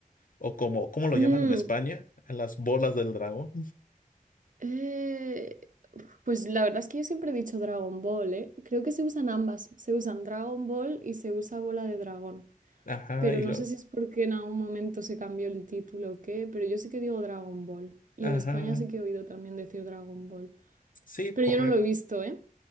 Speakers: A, on the left; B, on the right.
A: o como, ¿cómo lo
B: Mm,
A: llaman en España? Las bolas del dragón.
B: eh, pues la verdad es que yo siempre he dicho Dragon Ball, ¿eh? Creo que se usan ambas. Se usan Dragon Ball y se usa Bola de Dragón.
A: Ajá,
B: Pero
A: y
B: no
A: lo,
B: sé si es porque en algún momento se cambió el título o qué, pero yo sí que digo Dragon Ball. Y
A: ajá,
B: en España sí que he oído también decir Dragon Ball.
A: sí,
B: Pero
A: correcto.
B: yo no lo he visto, ¿eh?